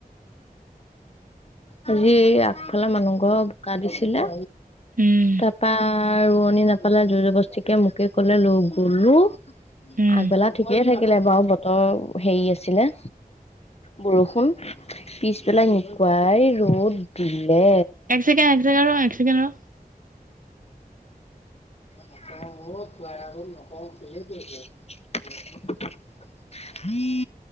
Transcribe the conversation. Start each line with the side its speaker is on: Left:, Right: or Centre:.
Left: আজি আগফালে মানুহ ঘৰ বোকা দিছিলে
Right: উম
Left: তাৰাপা ৰোৱনি নাপালে জোৰ জবস্তিকে মোকে কলে লগ গলোঁ।
Right: উম
Left: আগবেলা ঠিকেই থাকিলে বাও বতৰ সেই আছিলে। বৰষুণ পিছবেলাই একুৱাই ৰ'দ দিলে।
Right: এক ছেকেণ্ড এক ছেকেণ্ড ৰ এক ছেকেণ্ড ৰহ।
Left: <unintelligible> <inaudible>